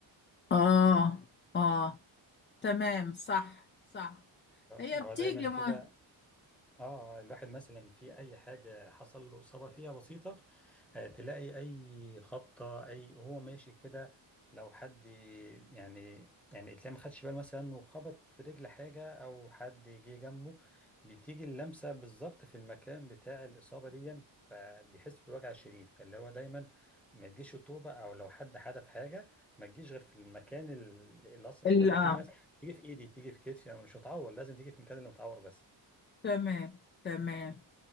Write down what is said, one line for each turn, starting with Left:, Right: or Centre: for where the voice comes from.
Left: آه آه تمام صح صح
Centre: اللي
Left: هي بتيجي
Centre: هو دايما
Left: م...
Centre: كده اه الواحد مثلا في اي حاجه حصل له اصابه فيها بسيطه آه، تلاقي اي خبطه اي هو ماشي كده لو حد يعني يعني تلاقي ما خدش باله مثلا وخبط في رجل حاجه او حد جه جنبه بتيجي اللمسه بالظبط في المكان بتاع الاصابه دي فبيحس بوجع شديد فاللي هو دايما ما تجيش الطوبه او لو حد حدف حاجه ما تجيش غير في المكان اللي اللي اصلا
Left: ال-
Centre: انت لما
Left: آه
Centre: تيجي مثلا تيجي في ايدي تيجي في كتفي انا مش هتعور لازم تيجي في المكان اللي متعور بس
Left: تمام تمام